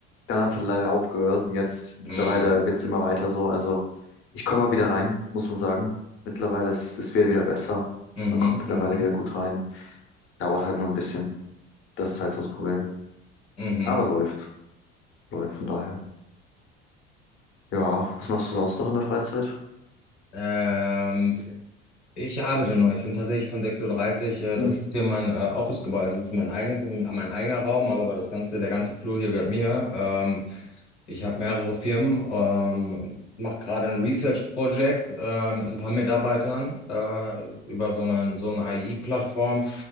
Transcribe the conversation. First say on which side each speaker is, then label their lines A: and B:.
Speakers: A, on the left; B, on the left.
A: dann hat es halt leider aufgehört und jetzt mittlerweile
B: Mhm.
A: wird's immer weiter so. Also ich komme mal wieder rein, muss man sagen. Mittlerweile ist es wird wieder besser.
B: Mhm,
A: Man kommt mittlerweile
B: mhm,
A: wieder gut rein. Dauert halt nur ein bisschen. Das ist halt so das Problem.
B: mhm.
A: Aber läuft. Läuft von daher. Ja, was machst du sonst noch in der Freizeit?
B: Ähm, ich arbeite nur. Ich bin tatsächlich von sechs Uhr. dreißig. Äh, das
A: Hm,
B: ist hier mein äh, Office-Gebäude. Es ist mein eigenes, ähm, mein eigener Raum, aber das ganze, der ganze Flur hier gehört mir. Ähm, ich habe mehrere Firmen, ähm, mache gerade ein Research-Projekt äh, mit ein paar Mitarbeitern äh, über so einen, so eine AI-Plattform,